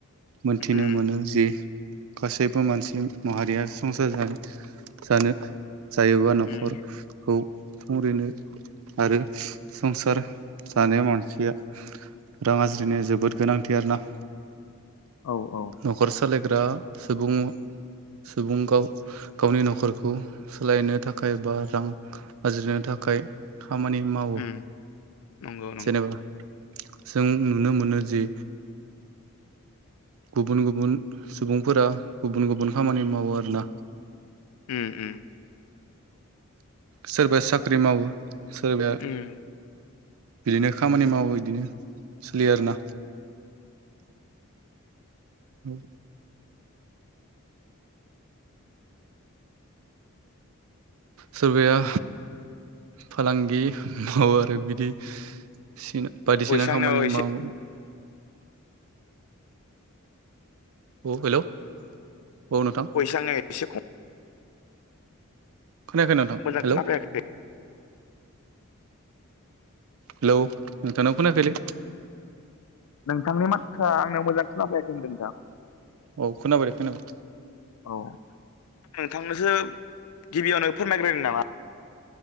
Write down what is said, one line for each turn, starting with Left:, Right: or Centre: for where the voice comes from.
Right: मोनथिनो
Left: उम
Right: मोनो जि गासैबो मानसि माहारिया संसार जानो जायोबा न'खरखौ
Left: उम
Right: ओरैनो आरो संसार जानाय मानसिया रां आरजिनाया जोबोद गोनांथि आरोना
Left: औ औ
Right: न'खर सालायग्रा सुबुं सुबुं गाव गावनि न'खरखौ सोलायनो थाखाय बा रां आरजिनो थाखाय खामानि मावो।
Left: उम नंगौ नंगौ
Right: जेनेबा जों नुनो मोनो जे गुबुन गुबुन सुबुंफोरा गुबुन गुबुन खामानि मावो आरोना।
Left: उम उम
Right: सोरबा साख्रि मावो। सोरबा
Left: उम
Right: बिदिनो खामानि मावो इदिनो सोलियो आरोना। औ सोरबाया फालांगि मावो आरो बिदि सिन बायदिसिना
Left: भयसा आंनियाव
Right: खामानि
Left: एसे
Right: मावो। औ हेलौ औ नोंथां
Left: <unintelligible> एसे खम
Right: खोनायाखै नोंथां
Left: मोजां
Right: हेलौ।
Left: खोनाफैयाखै
Right: हेलौ नोंथां नाव खोनायाखैलै‌।
Left: नोंथांनि माथोआ आंनाव मोजां खोनफायाखै होनदों नोंथां।
Right: औ खोनाबाय दे खोनाबाय
Left: औ नोंथांनोसो गिबियावनो फोरमायग्रोनो नामा?